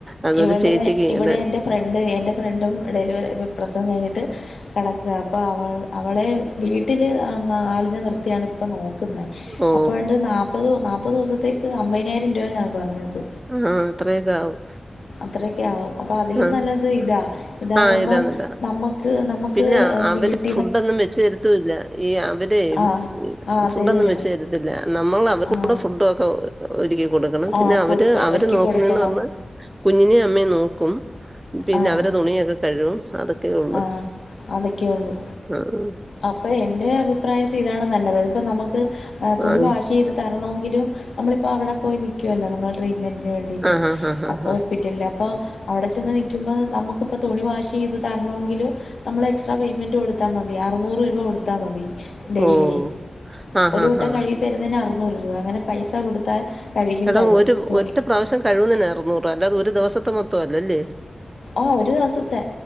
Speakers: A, on the right; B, on the left.
A: അതൊരു
B: ഇവിടെ,
A: ചേച്ചിക്ക് ഇങ്ങനെ
B: ഇവിടെൻ്റെ ഫ്രണ്ട് എൻ്റെ ഫ്രണ്ടും ഡെലിവ പ്രസവം കഴിഞ്ഞിട്ട് കെടക്കാ അപ്പൊ അവൾ അവളെ വീട്ടില് ആളിനെ നിർത്തിയാണ് ഇപ്പ നോക്കു നിക്കുന്നേ
A: ഓ
B: അപ്പോഴ്ണ്ട് നാപ്പത്, നാപ്പത് ദിവസത്തേക്ക് അമ്പതിനായിരന്റുവേണ് അന്ന് പറഞ്ഞത്.
A: ആ അത്രേക്ക ആവും.
B: അത്രക്കെ ആവും. അപ്പൊ അതിലും
A: ആഹ്
B: നല്ലത് ഇതാ ഇതാകുമ്പം
A: ആഹ് ഇതാന്നില്ല
B: നമുക്ക് നമുക്ക്
A: പിന്നെ അവര്
B: വീട്ട
A: ഫുഡൊന്നും വെച്ചു തരത്തൂല്ല. ഈ അവരെ
B: ആഹ് ആഹ്
A: ഫുഡൊന്നും
B: തരൂല
A: വെച്ച് തരത്തി ല്ല നമ്മൾ അവർക്കൂടെ
B: ആഹ്
A: ഫുഡൊക്കെ ഒരുക്കി കൊടുക്ക
B: ആഹ്
A: പിന്നെ അവര്,
B: കൊടുക്ക
A: അവര്
B: ഒരുക്കി
A: നോക്കുന്നെന്ന്
B: കൊടുക്കണം
A: പറഞ്ഞ. കുഞ്ഞിനേം അമ്മയേം നോക്കും പിന്നെ
B: ആഹ്
A: അവരെ തുണിയൊക്കെ കഴുവും അതൊക്കെ ഉള്ളു
B: ആഹ് അതൊക്കെള്ളു
A: ആഹ്
B: അപ്പൊ എന്റെ അഭി അഭിപ്രായത്തി ഇതാണ് നല്ലത് ഇപ്പൊ നമുക്ക് തുണി
A: ആഹ്
B: വാഷ് ചെയ്ത് തരണോങ്കിലും നമ്മളിപ്പോ അവിടെ പോയി നി നിക്കോലോ നമ്മള് ട്രീറ്റ്മെന്റിന് വേണ്ടിട്ട്
A: ആഹ് ആഹ് ആഹ് ആഹ്
B: അപ്പൊ
A: ആഹ്
B: ഹോസ്പി പിറ്റലിൽ അപ്പൊ അവിടെ ചെന്ന് നിക്കുമ്പോ നമ്മക്കിപ്പൊ തുണി വാഷേയ്ത് തരണോങ്കിലും നമ്മള് എക്സ്ട്രാ പേയ്മെന്റ് കൊടുത്താ മതി അറൂന്നൂറ് രൂപ കൊടുത്താ മതി. ഡെയിലി
A: ഓഹ് ആഹ്
B: ഒരു
A: ആഹ്
B: വട്ടം
A: ആഹ്
B: കഴുകി തരുന്നതിന് അറുന്നൂറ് രൂപ അങ്ങനെ പൈസ കൊടുത്താൽ കഴുകിയും
A: എടാ
B: തരും
A: ഒരു
B: തുണി.
A: ഒറ്റ പ്രാവശ്യം കഴിവുന്നതിന് അറുന്നൂറ് അല്ലാതെ ഒരു ദിവസത്തെ മൊത്തം അല്ലല്ലേ.
B: ആഹ് ഒരു ദിവസത്തെ.